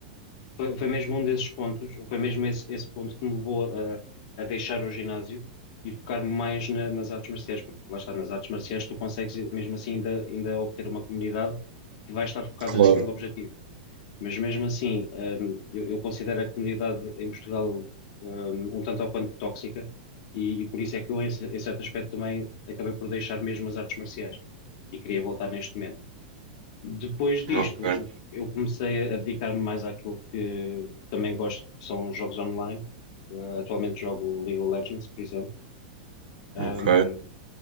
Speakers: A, on the left; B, on the right.
A: Foi, foi mesmo um desses pontos, ou foi mesmo esse, esse ponto que me levou a, a deixar o ginásio e focar mais na- nas artes marciais, porque lá está, nas artes marciais tu consegues mesmo assim ainda, ainda obter uma comunidade que vai estar focada
B: Claro,
A: naquele objetivo. Mas mesmo assim, hum, eu, eu considero a comunidade em Portugal, hum, um tanto ou quanto tóxica e, e por isso é que eu, em, ce- em certo aspecto, também acabei por deixar mesmo as artes marciais e queria voltar neste momento. Depois disto,
B: ok,
A: o- eu comecei a dedicar-me mais àquilo que também gosto, que são jogos online. Uh, atualmente jogo League of Legends, por exemplo. Um,
B: ok.